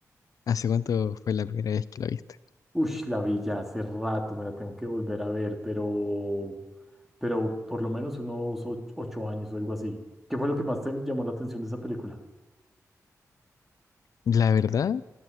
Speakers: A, on the left; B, in the centre.
A: ¿hace cuánto fue la primera vez que la viste?
B: Uy, la vi ya hace rato, me la tengo que volver a ver, pero, pero por lo menos unos och- ocho, años o algo así. ¿Qué fue lo que más te llamó la atención de esa película?
A: La verdad,